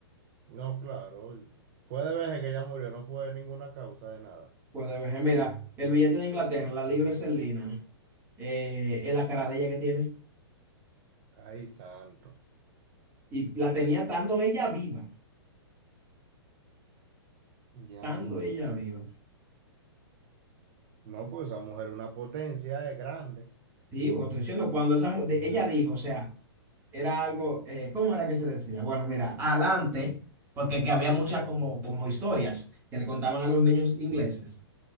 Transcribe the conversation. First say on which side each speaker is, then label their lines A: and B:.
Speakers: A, on the right; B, on the right.
A: No, claro. Fue de vejez que ella murió, no fue ninguna causa de nada.
B: pues Puede ver, eh, mira, el billete de Inglaterra, la libra esterlina, eh, es la cara de ella que tiene.
A: Ay, santo.
B: Y la tenía estando ella viva,
A: Ya
B: estando
A: tú. s-
B: ella viva.
A: No, pues esa mujer es una potencia, es grande.
B: Sí, porque estoy diciendo, cuando esa, mu- de- ella dijo, o sea, era algo, eh, ¿cómo era que se decía? Bueno, mira, adelante, porque que había muchas como, como historias que le contaban a los niños ingleses.